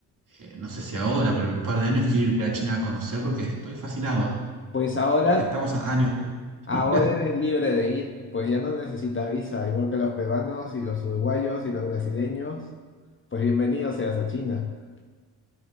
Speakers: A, on the right; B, on the left.
A: eh, no sé si ahora, pero en un par de años quiero ir a China a conocer porque estoy fascinado.
B: Pues ahora,
A: Creo que estamos a años luz.
B: ahora
A: <laughs>
B: eres libre de ir, pues ya no necesitas visa, igual que los peruanos y los uruguayos y los brasileños, pues bienvenido seas a China.